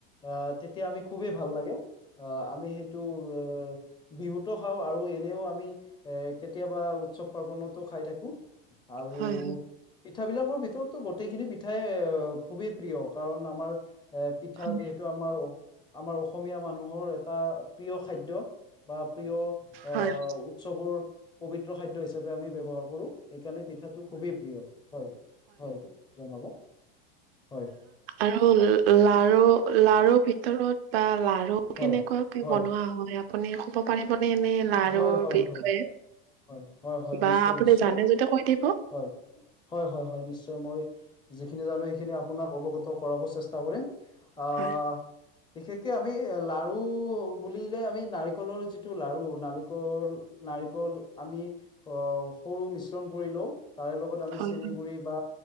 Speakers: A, on the left; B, on the right.
A: অহ' তেতিয়া আমি খুবেই ভাল লাগে। অহ, আমি সেইটো এ বিহুতো খাওঁ, আৰু এনেও আমি এ কেতিয়াবা উৎসৱ-পাৰ্বনতো খাই থাকোঁ। আৰু
B: হয়
A: পিঠাবিলাকৰ ভি তৰতো গোটেইখিনি পিঠাই অহ, খুবেই প্ৰিয়। কাৰণ আমাৰ এ পিঠা
B: হয়
A: যিহেতু আমাৰ অ আমাৰ অসমীয়া মানুহৰ এটা প্ৰিয় খাদ্য। বা প্ৰিয় অহ'
B: হয়
A: উৎসৱৰ পবিত্ৰ খাদ্য হিচাপে আমি ব্যৱহাৰ কৰোঁ। সেইকাৰণে পিঠাটো খুবেই প্ৰিয়। হয়, হয়, জনাব। হয়।
B: আৰু লাৰু, লাৰু ভিতৰত, বা লাৰু
A: হয়
B: কেনেকুৱাকে
A: হয়
B: বনোৱা হয় আপ আপুনি ক'ব পাৰিবনে, এনেই লাৰুৰ
A: হয় হয়
B: বিষয়ে?
A: হয় হয়, হয় হয়।
B: বা
A: নিশ্চয়
B: আপুনি
A: নিশ্চয়।
B: জানে যদি কৈ দিব
A: হয়, হয় হয় হয় নিশ্চয়, মই যিখিনি জানোঁ সেইখিনি আপোনাক অৱগত কৰাব চেষ্টা কৰিম। অহ
B: হয়
A: বিশেষকে আমি লাৰু বুলিলে, আমি নাৰিকলৰ যিটো লাৰু নাৰিকল, নাৰিকল, আমি অহ, সৰু মিশ্ৰণ কৰি লওঁ। তাৰে লগত আমি
B: হয়,
A: চেন গুৰি, বা